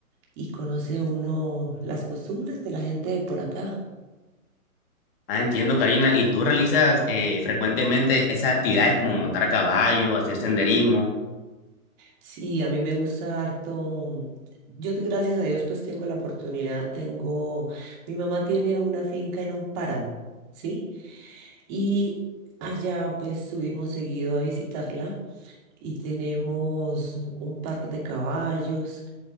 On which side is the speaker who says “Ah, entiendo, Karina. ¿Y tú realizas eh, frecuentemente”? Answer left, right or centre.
Left